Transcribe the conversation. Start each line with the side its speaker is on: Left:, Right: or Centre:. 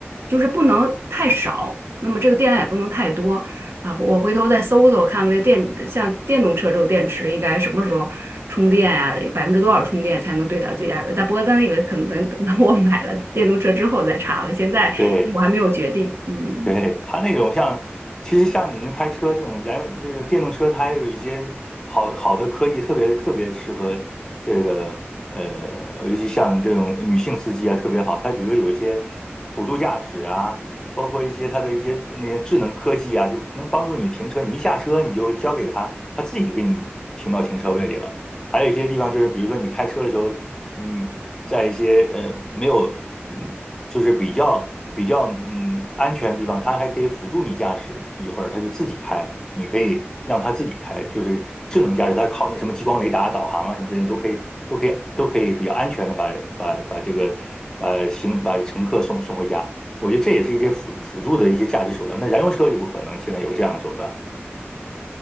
Right: 就是不能太少，那么这个电量也不能太多啊。我回头再搜搜看看这电，像电动车这种电池应该什么时候充电啊？百分之多少充电才能对它最大有？但不过那个可能等等到我买了电动车之后再查了，现在我还没有决定。
Left: 对，
Right: 嗯。
Left: 对，它那种像，其实像你们开车这种燃油这种电动车，它还有一些好好的科技，特别特别适合这个呃，尤其像这种女性司机啊，特别好。它比如有一些辅助驾驶啊，包括一些它的一些那些智能科技啊，就能帮助你停车。你一下车，你就交给它，它自己就给你停到停车位里了。还有一些地方就是，比如说你开车的时候。嗯，在一些呃没有嗯，就是比较比较嗯安全的地方，它还可以辅助你驾驶，一会儿它就自己开，你可以让它自己开，就是智能驾驶，它靠那什么激光雷达导航啊什么这些都可以都可以都可以比较安全的把把把这个把行把乘客送送回家。我觉得这也是一些辅辅助的一些驾驶手段。那燃油车就不可能现在有这样的手段，